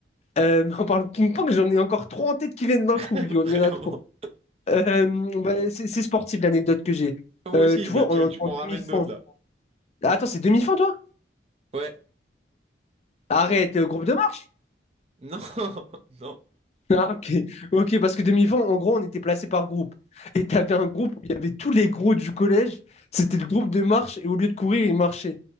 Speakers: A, on the left; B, on the right.
A: Euh, <laughs> mais on parle ping-pong, j'en ai encore trois en tête qui viennent d'un coup.
B: <laughs>
A: Il y en
B: Vraiment.
A: il y en a trop. Euh, bah, c'est c'est sportif l'anecdote que j'ai.
B: Moi
A: Euh,
B: aussi,
A: tu
B: bah,
A: vois,
B: tu,
A: on
B: tu
A: est en
B: m'en ramènes
A: demi-fond.
B: d'autres là.
A: Ah, Attends, c'est demi-fond toi?
B: Ouais.
A: Arrête, euh, groupe de marche. <laughs>
B: Non, <laughs> non.
A: Ah, ok. Ok, parce que demi-fond, en gros, on était placé par groupe. Et t'avais un groupe où il y avait tous les gros du collège. C'était le groupe de marche et au lieu de courir, ils marchaient.